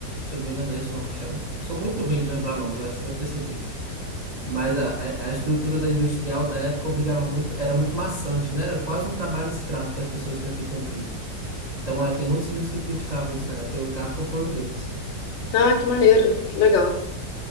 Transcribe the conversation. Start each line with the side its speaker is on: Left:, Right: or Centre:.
Right: se eu não me engano, é esse o nome que chama. Eu sou muito ruim de lembrar nomes, eu acho que você vai perceber. Mas a, a a estrutura da industrial da época obrigava muito, era muito maçante, né? Era quase um trabalho escravo que as pessoas tinham que cumprir. Então, é, tem muitos livros que criticavam isso na época, e o Kafka foi um deles.
Left: ah, que maneiro, que legal.